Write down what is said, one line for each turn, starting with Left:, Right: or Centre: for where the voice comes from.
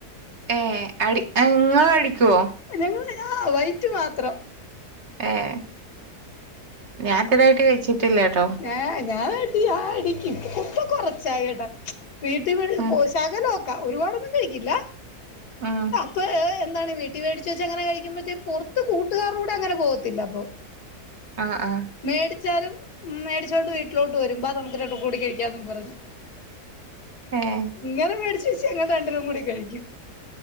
Right: ഏഹ് അടി ഇങ്ങളടിക്കോ
Left: ഞങ്ങള് ആ വൈറ്റ് മാത്രം
Right: ഏഹ് ഞാൻ ഇതേരായിട്ട് കഴിച്ചിട്ടില്ല ട്ടോ
Left: ഏ ഞാൻ അടി ആടിക്കും ഇപ്പം കൊറച്ചായി കേട്ടോ വീട്ട
Right: ഉം
Left: കോ -ശകലോക്കെ നോക്ക ഒരുപാടൊന്നും കഴിക്കില്ല
Right: ഉം
Left: അപ്പൊ എന്താണ് വീട്ടിൽ മേടിച്ച് വെച്ച് അങ്ങനെ കഴിക്കുമ്പഴത്തെക്ക് പുറത്ത് കൂട്ടുകാരുടെ കൂടങ്ങനെ പോവത്തില്ല അപ്പൊ
Right: ആഹ് ആഹ്
Left: മേടിച്ചാലും മേടിച്ചോണ്ട് വീട്ടിലോട്ട് വരും ബാ നമുക്ക് രണ്ടൂർക്കും കൂടി കഴിക്കാംന്നും പറഞ്ഞു
Right: ഏഹ്
Left: ഇങ്ങനെ മേടിച്ച് വെച്ച് ഞങ്ങൾ രണ്ടെരും കൂടി കഴിക്കും